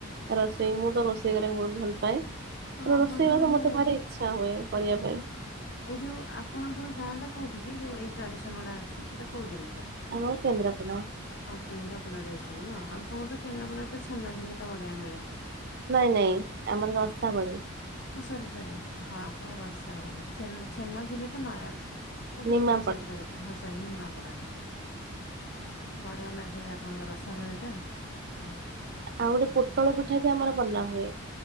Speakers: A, on the right; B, on the left.
A: ରୋଷେଇ ମୁଁ ତ ରୋଷେଇ କରିବାରେ ବହୁତ ଭଲ ପାଏ ମ
B: ଆପଣ
A: ରୋଷେଇ
B: ତ
A: ବାସ
B: ମାନେ
A: ମତେ ଭାରି ଇ ଇଛା ହୁଏ କରିବା ପାଇଁ।
B: ଏଇ ଯୋଉ ଆପଣଙ୍କର ଗାଁ ଟା କୋଉଠି କି ଯୋଉ ଏଇ ଟ୍ରାଡିସନ ଗୁଡା ଅଛି ସେଟା କୋଉ ଜିଲ୍ଲାର।
A: ଆମର କେନ୍ଦ୍ରପଡା।
B: ଆଉ କେନ୍ଦ୍ରାପଡାରେ ଏଇ ସବୁ ନୁହଁ ଆଉ କଣ ତ କେନ୍ଦ୍ରାପଡା ରେ ତ ଛେନା ଝେଲି ତ ବଢିଆ ମିଳେ।
A: ନାଇଁ ନାଇଁ ଆମର ରସାବଳି।
B: ଓ ସରି ସରି ହଁ ରସାବଳି ଛେଲ ଛେନ୍ନା ଝିଲି ତ ନୟାଗଡ। କୋଉଠି
A: ନିମାପଡା
B: ପୁରୀ ସାଇଡ ତ ବୋଧେ ହଁ ସରି ନିମାପଡା ହଁ। ବଢିଆ ଲାଗେ ଆପଣଙ୍କର ରସାବଳି ଟା ହଉ
A: ଆଉ ଗୋଟେ ପୋଟଳ ପିଠା ବି ଆମର ବନା ହୁଏ।